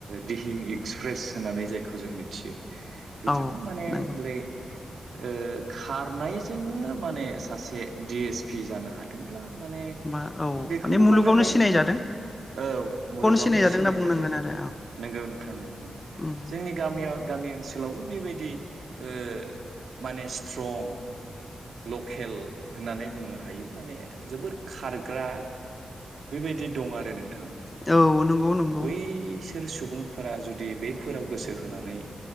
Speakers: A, on the right (about 70°); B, on the left (about 20°).
A: दिहिं इक्सप्रेस होननानै जायखौ जों मिथियो बिथाङा
B: औ
A: माने
B: नंगौ
A: जेरै ओ खारनायजोंनो माने सासे डि एस पि जानो हादोंब्ला माने
B: मा औ
A: बेखौनो
B: माने मुलुगावनो
A: बुंनो हायो
B: सिनायजादों
A: माने औ मुलुगावनो
B: सिनायजादों
A: सिनाय
B: होनना बुंनांगोन
A: जादों
B: आरो
A: नंगौ नोंथां नंगौ
B: औ उम
A: जोंनि गामियाव गामि ओनसोलाव बेबायदि ओ माने स्ट्रं लकेल होननानै बुंनो हायो माने जोबोद खारग्रा बेबायदि दं आरो नों थां औ नंगौ माने
B: औ नंगौ नंगौ
A: बैसोर सुबुंफोरा जुदि बैफोराव गोसो गोसो होनानै